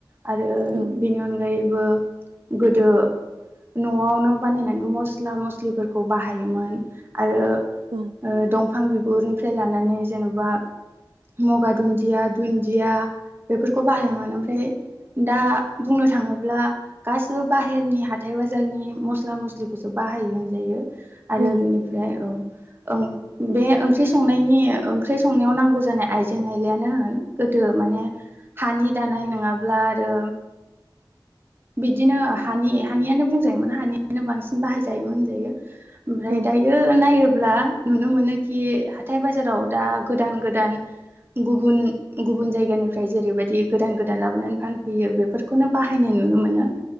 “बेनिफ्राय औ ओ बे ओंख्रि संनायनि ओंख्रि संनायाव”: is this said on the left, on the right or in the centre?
Right